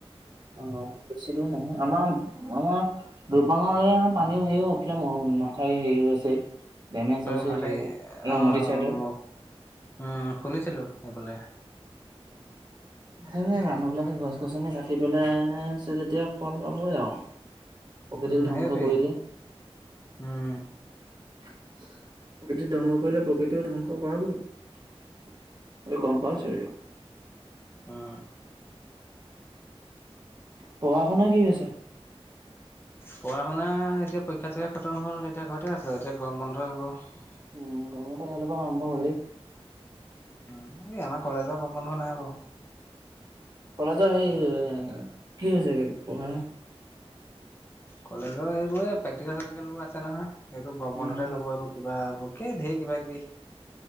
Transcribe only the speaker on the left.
অ মাথাই
অ
ম উম শুনিছিলো। সেইবোলে
উম,
সেইটোৱে
উম,
উহ।
পঢ়া শুনা এতিয়া পৰীক্ষা চৰিক্ষা খতম হ'ল এতিয়া ঘৰতে আছো এতিয়া গৰম বন্ধই হব।
অঁ সেই আমাৰ কলেজৰ পৰা বন্ধ নাই বাও।
কলেজৰ এইবোৰে প্ৰেক্টিকেল চেক্টিকেল বোৰ আছে নহয়, এইটো
বন্ধতে ল'ব পাৰিব কিবা অকে ধেই কিবা কিবি।